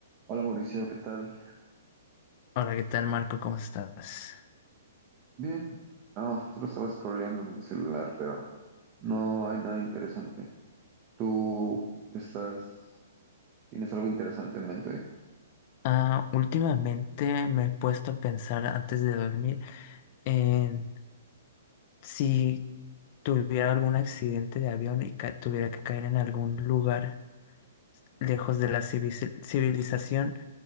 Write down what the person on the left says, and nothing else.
Hola, ¿qué tal, Marco? ¿Cómo estás?
Ah, últimamente me he puesto a pensar antes de dormir en si tuviera algún accidente de avión y ca- tuviera que caer en algún lugar lejos de la civi- civilización,